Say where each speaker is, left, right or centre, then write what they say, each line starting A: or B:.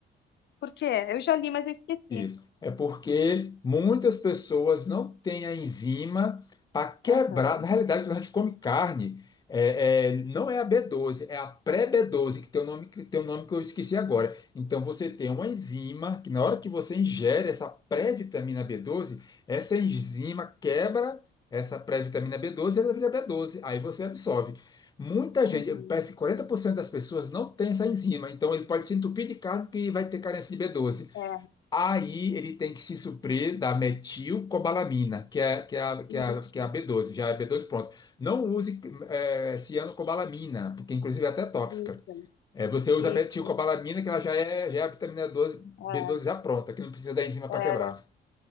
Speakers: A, on the left (about 60°); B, on the left (about 20°).
A: Por quê? Eu já li, mas eu esqueci.
B: Isso. É porque muitas pessoas não têm a enzima para quebrar.
A: Aham.
B: Na realidade, quando a gente come carne, é- é, não é a B12, é a pré-B12, que tem o nome, que tem um nome que eu esqueci agora. Então, você tem uma enzima que, na hora que você ingere essa pré-vitamina B12, essa enzima quebra essa pré-vitamina B12 e ela vira B12. Aí você absorve. Muita gente,
A: Uhum.
B: parece que 40% das pessoas não tem essa enzima. Então, ele pode se entupir de carne que vai ter carência de B12.
A: É,
B: Aí ele tem que se suprir da metilcobalamina, que é, que é, a, que é, a,
A: isso,
B: que é a B12, já é B12 pronto. Não use é, cianocobalamina, porque inclusive é até tóxica.
A: isso.
B: É, você usa
A: Isso,
B: a metilcobalamina, que ela já é, já é a vitamina 12, B12
A: é,
B: já pronta, que não precisa da enzima para
A: era,
B: quebrar.